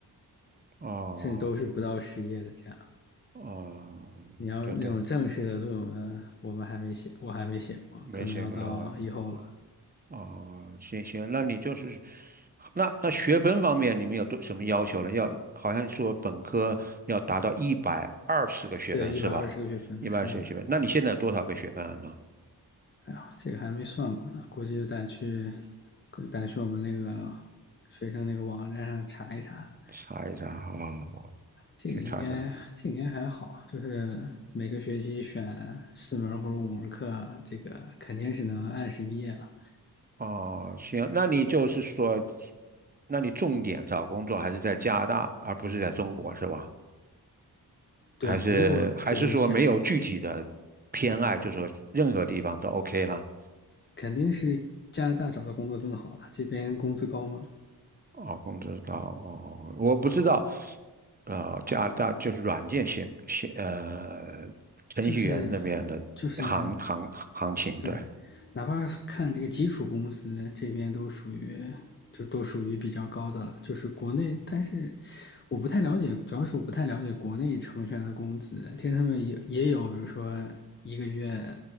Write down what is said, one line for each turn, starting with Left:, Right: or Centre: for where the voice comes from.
Right: 哦
Left: 甚至都是不到十页的这样。
Right: 哦，
Left: 你要那种正式的论文，
Right: 对对，
Left: 我们还没写，我还没写过，
Right: 没写过论文啊。
Left: 可能要到以后了。
Right: 哦，行行，那你就是，那那学分方面你们有多什么要求了？要好像说本科要达到一百二十个学分是吧？
Left: 对，一百二十个学分，
Right: 一百二十个学分，
Left: 是的。
Right: 那你现在有多少个学分了呢？
Left: 哎呀，这个还没算过呢，估计就得去，得去我们那个学生那个网站上查一查。
Right: 查一查啊，哦
Left: 这个应该，
Right: 去查一查。
Left: 这个应该还好，就是每个学期选四门或者五门课，这个肯定是能按时毕业了。
Right: 哦，行，那你就是说，那你重点找工作还是在加拿大，而不是在中国是吧？
Left: 对啊，
Right: 还是还是说没有具体的偏爱，
Left: 如果就是这，
Right: 就是说任何地方都 OK 了？
Left: 肯定是加拿大找的工作更好了，这边工资高吗？
Right: 哦，工资高哦，我不知道，呃，加拿大就是软件写写呃程序员那边的行行行情，
Left: 就是，就是对，
Right: 对，
Left: 哪怕看这个基础公司这边都属于就都属于比较高的了，就是国内，但是我不太了解，主要是我不太了解国内程序员的工资，听他们也也有，比如说一个月